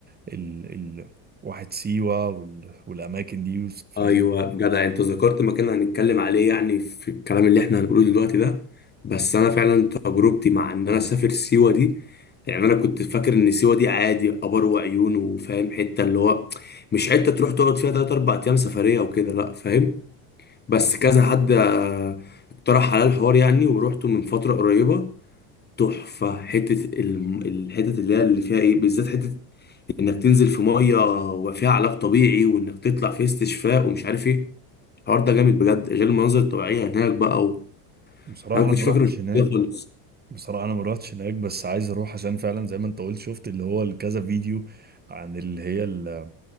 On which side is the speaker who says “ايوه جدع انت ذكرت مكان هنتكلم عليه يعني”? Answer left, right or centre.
Left